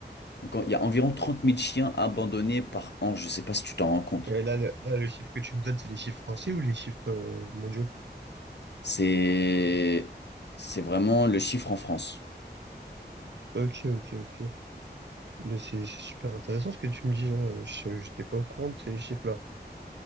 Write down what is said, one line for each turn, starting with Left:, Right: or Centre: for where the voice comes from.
Left: Donc, il y a environ 30 000 chiens abandonnés par an. Je sais pas si tu t'en rends compte.
Right: Et là, le- là, le chiffre que tu me donnes, c'est les chiffres français ou les chiffres euh, mondiaux?
Left: C'est c'est vraiment le chiffre en France.
Right: Ok, ok, ok. Mais c'est c'est super intéressant ce que tu me dis là. Je n'étais pas au courant de ces chiffres-là.